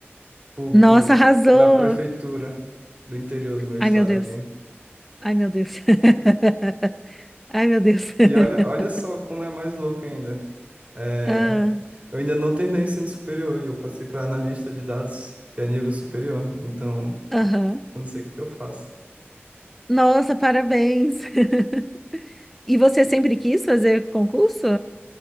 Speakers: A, on the right (about 30°); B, in the centre.
A: público
B: Nossa, arrasou!
A: na prefeitura do interior do meu estado
B: Ai, meu Deus.
A: aqui.
B: Ai, meu Deus. <laughs> Ai, meu Deus. <laughs>
A: E olha, olha só como é mais louco ainda. É,
B: Ah,
A: eu ainda não terminei o ensino superior e eu passei para analista de dados, que é nível superior. Então,
B: aham.
A: eu não sei o que que eu faço.
B: Nossa, parabéns. <laughs> E você sempre quis fazer concurso?